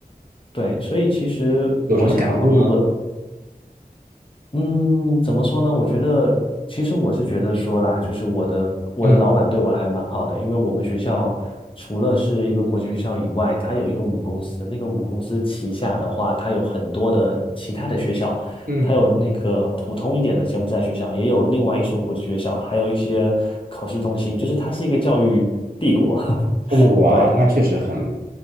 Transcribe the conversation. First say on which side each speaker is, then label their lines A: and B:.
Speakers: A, on the left; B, on the right.
A: 对，所以其实我想要换工作，
B: 有什么感悟吗？
A: 嗯，怎么说呢？我觉得，其实我是觉得说啦，就是我的我的老板对我还蛮好的，
B: 嗯
A: 因为我们学校除了是一个国际学校以外，它有一个母公司，那个母公司旗下的话，它有很多的其他的学校，
B: 嗯
A: 它有那个普通一点的柬埔寨学校，也有另外一所国际学校，还有一些考试中心，就是它是一个教育帝国。<laughs>
B: 嗯，哇，
A: 对。
B: 那确实很，